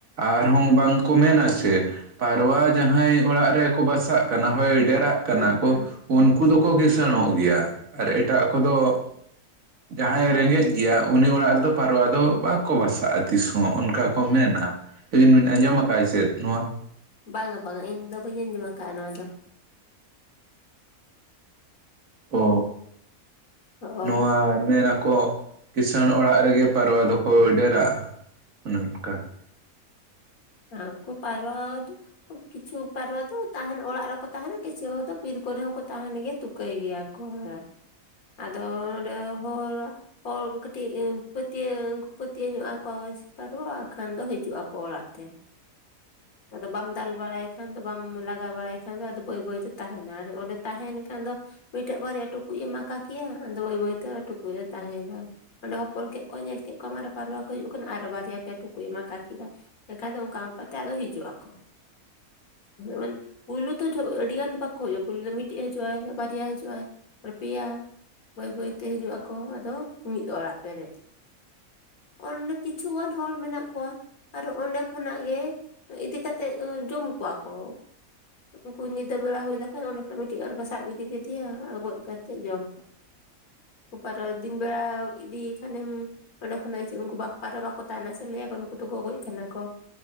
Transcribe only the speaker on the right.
ᱟᱨᱦᱚᱸ ᱵᱟᱝᱼᱠᱚ ᱢᱮᱱᱟ ᱥᱮ ᱯᱟᱨᱣᱟ ᱡᱟᱦᱟᱸᱭ ᱚᱲᱟᱜ ᱨᱮᱠᱚ ᱵᱟᱥᱟᱜ ᱠᱟᱱᱟ ᱦᱳᱭ ᱰᱮᱨᱟᱜ ᱠᱟᱱᱟ
ᱠᱚ
ᱩᱱᱠᱩ ᱫᱚᱠᱚ ᱠᱤᱥᱟᱹᱬᱚᱜ ᱜᱮᱭᱟ ᱟᱨ ᱮᱴᱟᱜ ᱠᱚᱫᱚ ᱡᱟᱦᱟᱸᱭᱮ ᱨᱮᱸᱜᱮᱡ ᱜᱮᱭᱟ ᱩᱱᱤ ᱚᱲᱟᱜ ᱨᱮᱫᱚ ᱯᱟᱨᱣᱟ ᱫᱚ ᱵᱟᱠᱚ ᱵᱟᱥᱟᱜᱼᱟ ᱛᱤᱥ ᱦᱚᱸ ᱚᱱᱠᱟ ᱠᱚ ᱢᱮᱱᱟ ᱟᱹᱵᱤᱱ ᱵᱤᱱ ᱟᱸᱡᱚᱢ ᱟᱠᱟᱜᱼᱟ ᱪᱮᱫ ᱱᱚᱣᱟ᱾
ᱚᱻ
ᱱᱚᱣᱟ ᱢᱮᱱ ᱟᱠᱚ ᱠᱤᱥᱟᱹᱬ ᱚᱲᱟᱜ ᱨᱮᱜᱮ ᱯᱟᱨᱣᱟ ᱫᱚᱠᱚ ᱰᱮᱨᱟᱜᱼᱟ ᱚᱱᱮ ᱚᱱᱠᱟ᱾
<inaudible>